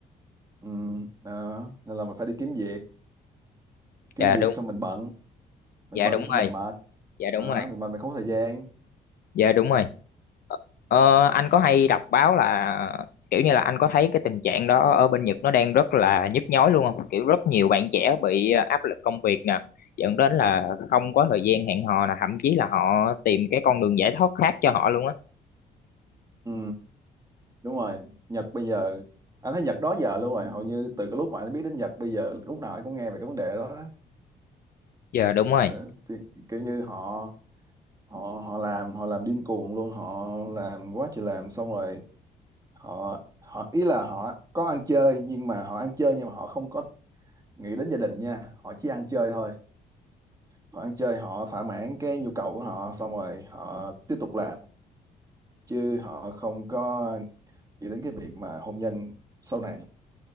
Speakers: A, on the right (about 20°); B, on the left (about 60°).
A: ừ. đó nên là mình phải đi kiếm việc kiếm
B: Dạ
A: việc
B: đúng.
A: xong mình bận mình
B: Dạ
A: bận
B: đúng
A: xong
B: rồi.
A: mình mệt
B: Dạ đúng
A: đó
B: rồi.
A: mình mệt mình không có thời gian
B: Dạ đúng rồi. Ờ, anh có hay đọc báo là kiểu như là anh có thấy cái tình trạng đó ở bên Nhật nó đang rất là nhức nhối luôn không? Kiểu rất nhiều bạn trẻ bị ờ, áp lực công việc nè, dẫn đến là không có thời gian hẹn hò nè, thậm chí là họ tìm cái con đường giải thoát khác cho họ luôn á.
A: ừ. đúng rồi Nhật bây giờ anh thấy Nhật đó giờ luôn rồi hầu như từ cái lúc mà anh biết đến Nhật bây giờ lúc nào anh cũng nghe về cái vấn đề đó
B: giờ đúng rồi.
A: Ờ, thì, kiểu như họ họ họ làm họ làm điên cuồng luôn họ làm quá trời làm xong rồi họ họ ý là họ có ăn chơi nhưng mà họ ăn chơi nhưng mà họ không có nghĩ đến gia đình nha họ chỉ ăn chơi thôi họ ăn chơi họ thỏa mãn cái nhu cầu của họ xong rồi họ tiếp tục làm chứ họ không có nghĩ đến cái việc mà hôn nhân sau này